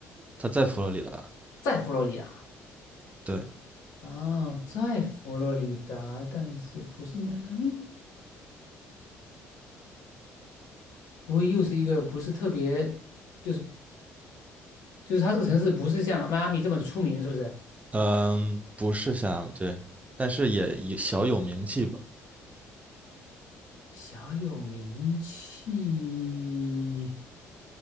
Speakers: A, on the right (about 20°); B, on the left (about 75°).
A: 它在佛罗里达，
B: 在佛罗里达
A: 对，
B: 啊，在佛罗里达，但是不是迈阿密？不会又是一个不是特别，就是就是它这个城市不是像迈阿密这么的出名，是不是？
A: 嗯，不是像对，但是也也小有名气吧，
B: 小有名气。